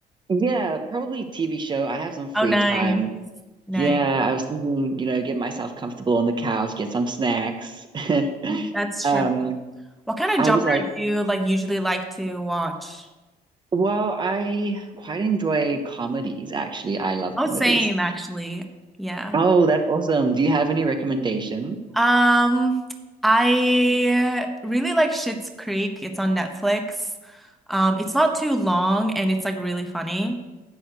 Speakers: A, on the right (about 25°); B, in the centre.
A: Yeah, probably TV show. I have some free
B: Oh, nice.
A: time.
B: Nice.
A: Yeah, I was thinking, you know, get myself comfortable on the couch, get some snacks. <laughs>
B: Mm, That's true.
A: Um,
B: What kind of
A: I
B: genre
A: was like,
B: do you like usually like to watch?
A: well, I quite enjoy comedies, actually. I love
B: Oh,
A: comedies.
B: same actually. Yeah.
A: Oh, that's awesome. Do you have any recommendation?
B: Um, I really like Schitt's Creek. It's on Netflix. Um, it's not too long and it's like really funny.